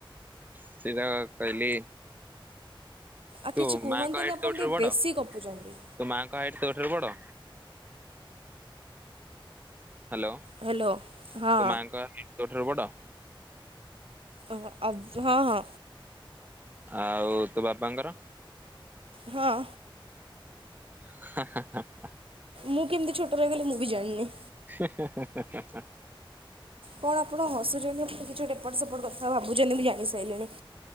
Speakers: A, on the right; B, on the right.
A: ସେଧା କହିଲି
B: ଆଉ
A: ତୋ
B: କିଛି କୁହନ୍ତୁନି
A: ମାଆଙ୍କ ହାଇଟ୍
B: ଆପଣ
A: ତୋଠାରୁ
B: ଟିକେ
A: ବଡ?
B: ବେଶୀ ଗପୁଚନ୍ତି।
A: ତୋ ମାଆଙ୍କ ହାଇଟ୍ ତୋଠାରୁ ବଡ? Hello
B: hello. ହଁ
A: ତୋ ମାଙ୍କ ତୋ ଠାରୁ ବଡ?
B: ଆ ହଁ ହଁ।
A: ଆଉ ତୋ ବାପଙ୍କର?
B: ହଁ।
A: <unintelligible>
B: ମୁଁ କେମ୍ତି ଛୋଟ ରହିଗଲି ମୁଁ ବି ଜାଣିନି।
A: <unintelligible>
B: କଣ ଆପଣ ହସୁଛନ୍ତି ଆଣ କିଛି ଏପଟ ସେପଟ କଥା ଭାବୁଛନ୍ତି ମୁଁ ଜାଣି ସାରିଲିଣି।